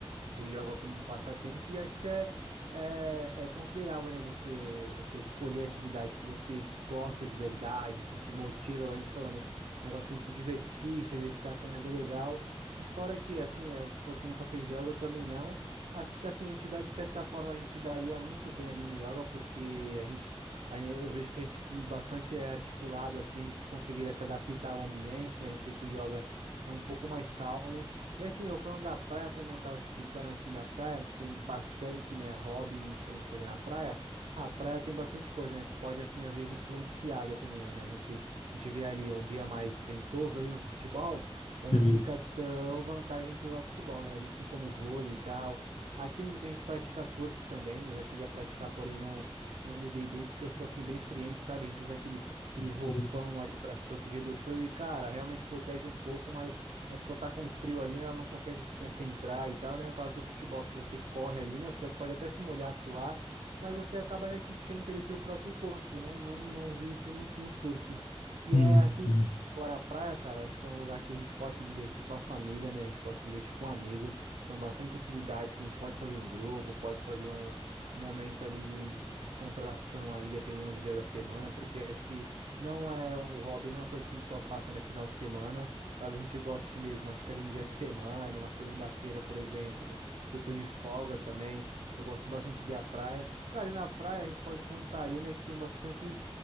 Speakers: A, on the right (about 80°); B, on the left (about 75°).
A: o yoga como um passatempo e acho que é, é, é considerável, né? Você, você escolher a atividade que você gosta de verdade, que te motiva, agora a gente falou, né? um Negócio pra gente se divertir, se exercitar também é bem legal. E fora que, assim, é, você falou que nunca fez yoga, eu também não. Acho que, assim, a gente dá, de certa forma, a gente daria muito bem ali no yoga, porque a gente, a- eu vejo que a gente bastante é articulado, assim, a gente conseguiria se adaptar ao ambiente, né? A gente vê que o yoga é um pouco mais calmo, e assim, eu falando da praia, como eu tava te explicando assim da praia, que tem bastante, né, hobbies pra gente fazer na praia. A praia tem bastante coisa, né, que pode assim às vezes influenciar, dependendo, né? A gente, a gente vê ali um dia mais ventoso ali no futebol,
B: Sim,
A: já não fica tão vantagem a gente jogar futebol, né? Ali sim como vôlei e tal. Aqui muita gente pratica surf também. Eu já cheguei a praticar, porém não não me dei bem porque eu sou assim bem friento, sabe? A gente usa aqueles aqueles
B: sim,
A: roupão ali pra se proteger do frio e cara, realmente protege um pouco, mas quando a pessoa tá com frio ali, ela não consegue se concentrar e tal, né? No caso do futebol que você corre ali, né? Você pode até se molhar, suar, mas você acaba, né, que esquenta ali seu próprio corpo. Eu Não, não, não vi isso no, no surf.
B: Sim,
A: E é assim,
B: sim,
A: fora a praia, cara, eu acho que é um lugar que a gente pode se divertir com a família, né? A gente pode se divertir com um amigo. São bastante atividades que a gente pode fazer em grupo, pode fazer um, um momento ali de, de descontração ali, dependendo do dia da semana, porque acho que não é o hobby, não é uma coisa que a gente só faça, né, final de semana. Caso a gente goste mesmo, acho que ali no dia de semana, uma segunda-feira, por exemplo, que eu tô de folga também, eu gosto bastante de ir à praia. Cara, e na praia a gente pode contar ali, né, que tem bastante